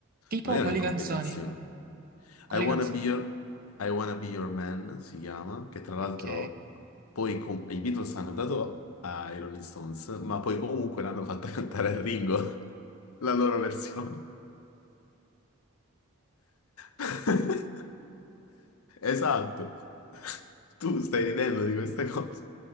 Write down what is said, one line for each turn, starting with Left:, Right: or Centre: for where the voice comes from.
Right: Tipo
Left: non erano
Right: quali
Left: in competizione.
Right: canzoni? Quali
Left: I Wanna
Right: canzoni?
Left: Be Your, I Wanna Be Your Man si chiama, che tra l'altro
Right: Ok.
Left: poi com- i Beatles hanno dato ai Rolling Stones, ma poi comunque l'hanno fatta cantare a Ringo, <laughs> la loro versione. <laughs> Esatto. Tu stai ridendo di questa cosa.